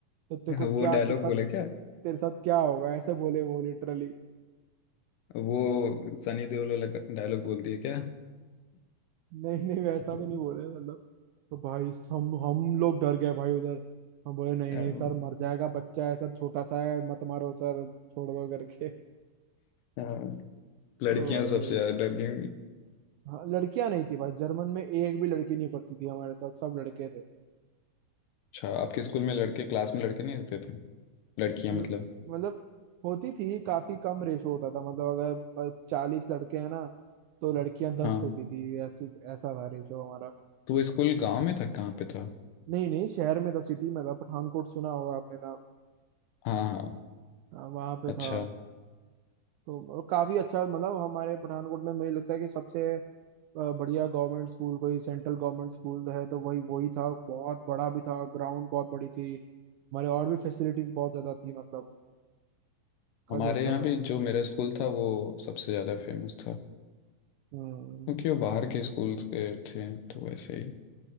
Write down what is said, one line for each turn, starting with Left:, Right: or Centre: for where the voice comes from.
Right: तो तेरे
Left: हाँ,
Right: को
Left: वो
Right: क्या
Left: डायलॉग
Right: तेरे साथ
Left: बोला क्या
Right: तेरे साथ क्या होगा ऐसे बोले वो लिटरली
Left: वो सनी देओल वाला डायलॉग बोलती है क्या
Right: नहीं नहीं वैसा
Left: हेलो
Right: भी नहीं बोले मतलब तो भाई हम हम लोग डर गए भाई उधर हम बोले नहीं
Left: हाँ।
Right: नहीं सर मर जाएगा बच्चा है सर छोटा सा है मत मारो सर छोड़ दो करके
Left: हाँ, लड़कियां
Right: ओ भाई
Left: सबसे ज्यादा डरती हैं
Right: हाँ लड़कियां नहीं थी भाई जर्मन में एक भी लड़की नहीं पढ़ती थी हमारे साथ सब लड़के थे
Left: अच्छा आपके स्कूल में लड़के क्लास में लड़के नहीं रहते थे लड़कियां
Right: ल-
Left: मतलब
Right: मतलब होती थी काफी कम रेशो होता था मतलब अगर चालीस लड़के हैं ना तो लड़कियां दस
Left: हाँ
Right: होती थी ऐसी ऐसा था रेशो हमारा
Left: तो वो स्कूल गांव में था कहाँ पे था
Right: नहीं नहीं शहर में था सिटी में था पठानकोट सुना होगा आपने नाम
Left: हाँ हाँ
Right: हाँ, वहाँ पे
Left: अच्छा
Right: था तो काफी अच्छा मतलब हमारे पठानकोट में मुझे लगता है कि सबसे अ, बढ़िया गवर्नमेंट स्कूल कोई सेंट्रल गवर्नमेंट स्कूल है तो वही वही था बहुत बड़ा भी था ग्राउंड बहुत बड़ी थी हमारे और भी फैसिलिटीज बहुत ज्यादा थी मतलब काफी
Left: हमारे
Right: अच्छा
Left: यहाँ भी
Right: था
Left: जो मेरा स्कूल था वो सबसे ज़्यादा फेमस था
Right: हम्म
Left: क्योंकि वो बाहर के स्कूल के थे तो वैसे ही